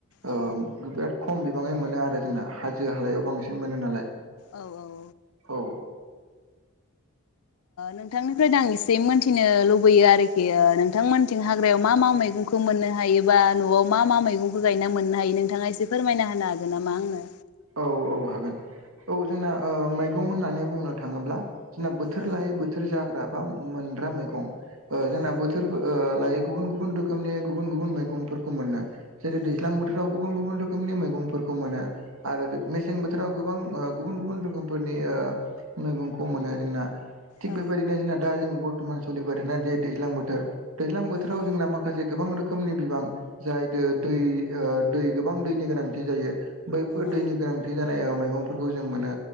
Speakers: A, on the right; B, on the left.
A: ओ
B: औ
A: बिराद खम बिबाङै मोनो आरो जोंना हाजो हालायाव बांसिन मोनो नालाय
B: औ औ औ
A: औ
B: नोंथांनिफ्राय दां एसे मोनथिनो लुबैयो आरोखि ओ नोंथांमोनथि हाग्रायाव मा मा मैगंखौ मोननो हायो जा न'वाव मा मा मैगंखौ गायना मोननो हायो नोंथाङा एसे फोरमायना होनो हागोन नामा आंनो
A: औ औ हागोन औ जोंना मैगं होननानै बुंनो थाङोब्ला जोंना बोथोर
B: औ
A: लायै बोथोर जाग्रा बा मोनग्रा मैगं ओ जोंना
B: औ
A: बो थोर ओ लायो गुबुन गुबुन रोखोमनि गुबुन गुबुन मैगंफोरखौ मोनो जेरै दैज्लां
B: औ
A: बो थोराव गुबुन गुबुन रोखोमनि मैगंफोरखौ मोनो आरो मेसें बोथोराव गोबां ओ गुबुन गुबुन रोखोमफोरनि ओ मैगंखौ मोनो जोंना थिग
B: औ
A: बेबायदिनो जोंना दा जों बर्थमान सलिबाय थानाय जे दैज्लां बोथोर दैज्लांथोराव
B: औ
A: जोंना मा खासे गोबां रोखोमनि बिबां जाय दो दै ओ दै गोबां दैनि गोनांथि जायो बैफोर
B: औ
A: दैनि गोनां थि जानाय मैगंफोरखौ जों मोनो